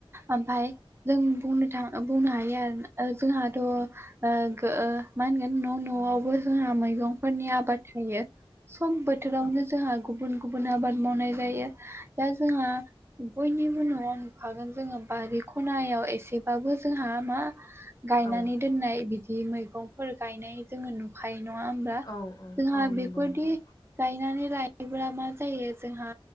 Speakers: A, on the right; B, on the left.
A: ओमफ्राय जों बुंनो थाङो बुंनो हायो आरो जोंहाथ' ओ मा होनगोन न' न'आवबो जोंहा मैगंफोरनि आबाद थायो। सम बोथोरावनो जोंहा गुबुन गुबुन आबाद मावनाय जायो, दा जोंहा बयनिबो न'आव नुखागोन जोङो बारि खनायाव एसेबाबो जोंहा मा गायनानै
B: औ
A: दोननाय बिदि मैगंफोर गायनाय जोङो नुखायो नङा होमब्ला
B: औ
A: जोंहा
B: औ नंगौ
A: बेफोरदि
B: नोंथां
A: गायनानै लायोब्ला मा जायो? जोंहा